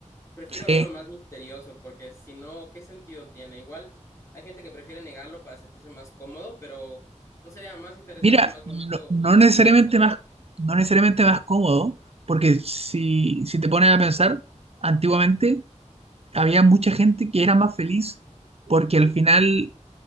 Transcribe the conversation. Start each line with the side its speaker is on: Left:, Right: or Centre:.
Left: Prefiero
Right: Sí.
Left: verlo más misterioso porque si no, ¿qué sentido tiene? Igual hay gente que prefiere negarlo para sentirse más cómodo, pero ¿no sería más interesante,
Right: Mira,
Left: más bonito
Right: no, no necesariamente
Left: trascender?
Right: más, no necesariamente más cómodo, porque si, si te pones a pensar, antiguamente había mucha gente que era más feliz porque al final